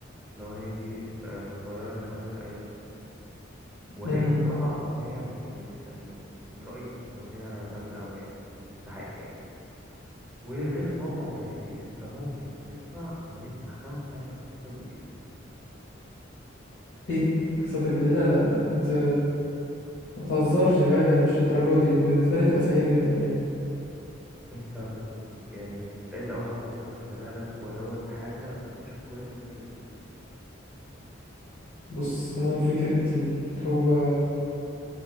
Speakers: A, in the centre; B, on the left.
A: الأغنية دي آه، مفررة كمان الأيام دي وهي
B: امم
A: بصراحة أغنية يعني يعني من رأيي إن أغنية جامدة أوي يعني تستحق يعني وغير بابا دايرتي انت ممكن تسمع اغنيه محكمه بتاعت عصام صوصه الجديده
B: ايه قصتك الجديده لا لا لا ما ت... ما تهزرش فاهم يعني مش الدرجه دي بالنسبه لي تبقى سيئه جدا يعني
A: انت ب... يعني بتسال قوي عصام صوصه خلي بالك ودوت حاجه مش كويسه ليك انت
B: بص انا فكره اللي هو